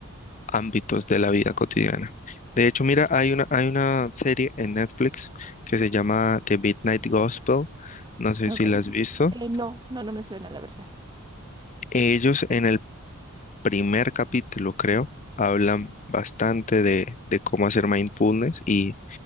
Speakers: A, on the left; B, on the right.
A: ámbitos de la vida cotidiana. De hecho, mira, hay una, hay una serie en Netflix que se llama The Midnight Gospel. No sé
B: Ok.
A: si la has visto.
B: Eh, no, no, no me suena, la verdad.
A: Ellos en el primer capítulo, creo, hablan bastante de, de cómo hacer mindfulness y